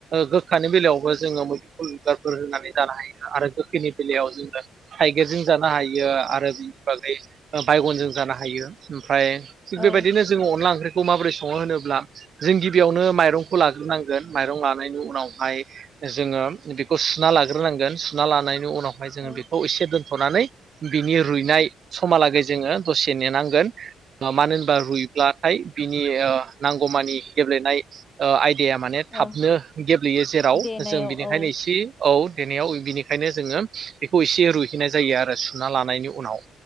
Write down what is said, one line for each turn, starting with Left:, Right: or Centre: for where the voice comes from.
Right: गोखानि बेलायाव जोङो मुदुमफुल बिबारफोर होनानै जानो हायो आरो गोखैनि बेलायाव जोङो थाइगिरजों जानो हायो आरो बिनि बादै बायगनजों जानो हायो। उम फ्राय थिग
Left: औ
Right: बेबायदिनो जोङो अनला ओंख्रि खौ माबोरै सङो होनोब्ला जों गिबियावनो माइरंखौ लाग्रोनांगोन माइरं लानायनि उनावहाय जोङो बेखौ सुना लाग्रोनांगोन सुना लानाय बेनि उनावहाय जोङो
Left: औ
Right: बेखौ इसे दोन्थ'नानै बिनि रुइनाय समहालागै जोङो दसे नेनांगोन मानो होनबा रुइब्लाथाय बिनि ओ नांगौमानि गेब्लेनाय ओ आयदाया माने
Left: औ
Right: थाबनो गेब्लेयो जेराव
Left: देनायाव
Right: जों बिनिखायनो
Left: औ
Right: इसे औ देनायाव बिनिखायनो जोङो बेखौ एसे रुयहैनाय जायो आरो सुना लानायनि उनाव।